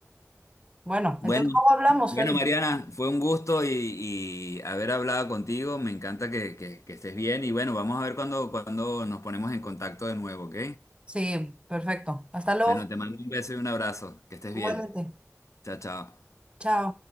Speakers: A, on the right; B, on the left.
A: Bueno,
B: Bueno,
A: entonces luego hablamos,
B: bueno,
A: Feli.
B: Mariana, fue un gusto y, y haber hablado contigo. Me encanta que, que- que estés bien y bueno, vamos a ver cuando, cuando nos ponemos en contacto de nuevo, ¿ok?
A: Sí, perfecto. Hasta luego.
B: Bueno, te mando un beso y un abrazo. Que estés
A: Igualmente.
B: bien. Chao, chao.
A: Chao.